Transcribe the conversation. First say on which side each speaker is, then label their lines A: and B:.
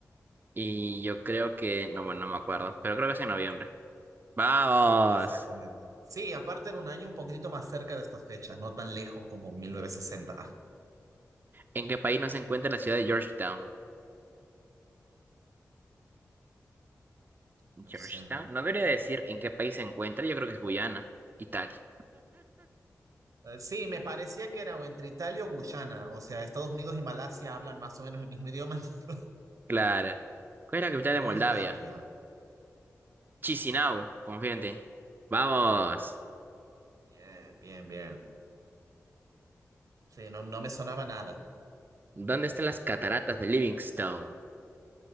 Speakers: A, on the right (about 35°); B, on the right (about 75°).
A: Y yo creo que... No, bueno, no me acuerdo. Pero creo que es en noviembre. Vamos.
B: Exactamente. Sí, aparte era un año un poquitito más cerca de estas fechas, no tan lejos como 1960. Ah,
A: ¿En qué país no se encuentra la ciudad de Georgetown?
B: no
A: Georgetown.
B: sé.
A: No debería decir en qué país se encuentra. Yo creo que es Guyana. Italia.
B: Eh, Sí, me parecía que era o entre Italia o Guyana, o sea, Estados Unidos y Malasia hablan más o menos el mismo idioma. <laughs>
A: Claro. ¿Cuál es la capital de
B: Moldavia.
A: Moldavia? Chisinau, confíate. Vamos.
B: Bien, bien, bien. Sí, no, no me sonaba nada.
A: ¿Dónde están las cataratas de Livingstone?